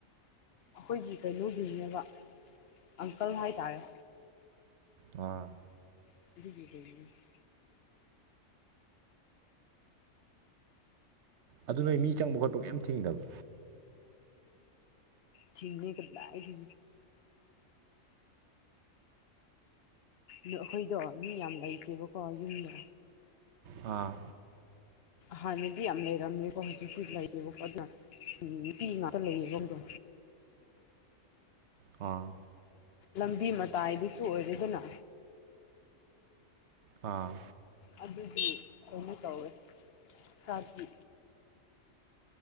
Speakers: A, on the left; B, on the right.
A: ꯑꯈꯣꯏꯒꯤ ꯀꯩꯅꯣꯒꯤꯅꯦꯕ ꯑꯪꯀꯜ ꯍꯥꯏꯇꯥꯔꯦ
B: ꯑꯥ
A: <inaudible>
B: ꯑꯗꯨ ꯅꯣꯏ ꯃꯤ ꯆꯪꯕ ꯈꯣꯠꯄ ꯀꯦꯝ ꯊꯤꯡꯗꯕ
A: ꯊꯤꯡꯉꯤ ꯀꯗꯥꯏꯗꯒꯤ ꯑꯩꯈꯣꯏꯗꯣ ꯃꯤ ꯌꯥꯝ ꯂꯩꯇꯦꯕꯀꯣ ꯌꯨꯝꯗꯣ
B: ꯑꯥ
A: ꯍꯥꯟꯅꯗꯤ ꯌꯥꯝ ꯂꯩꯔꯝꯃꯦꯕ ꯍꯧꯖꯤꯛꯇꯤ ꯂꯩꯇꯦꯕ ꯑꯗꯨꯅ ꯅꯨꯄꯤ ꯉꯥꯛꯇ ꯂꯩ <inaudible> ꯗꯣ꯫
B: ꯑꯥ
A: ꯂꯝꯕꯤ ꯃꯇꯥꯏꯗꯨꯁꯨ ꯑꯣꯏꯔꯦꯗꯅ꯫
B: ꯑꯥ
A: ꯑꯗꯨꯗꯤ ꯀꯩꯅꯣ ꯇꯧꯋꯦ ꯆꯗꯤ